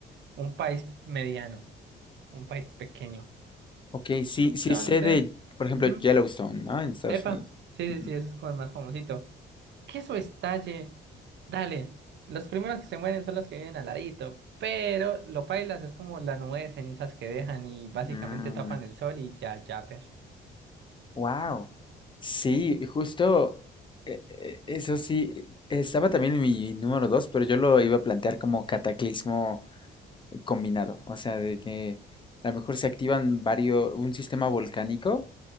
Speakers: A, on the right; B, on the left.
A: un país mediano, un país pequeño.
B: Ok, sí,
A: Entonces...
B: sí sé de, por ejemplo,
A: ujú.
B: Yellowstone, ¿no? En Estados
A: Epa,
B: Unidos.
A: sí,
B: Ujú.
A: sí, sí, ese es como el más famosito. Queso estalle, dale. Los primeros que se mueren son los que viven al ladito, pero lo pailas es como la nube de cenizas que dejan y básicamente
B: Mm,
A: tapan el sol y ya, ya, per.
B: Wow. Sí, justo eh, eh, eso sí, estaba también en mi número dos, pero yo lo iba a plantear como cataclismo eh, combinado, o sea, de que a lo mejor se activan varios, un sistema volcánico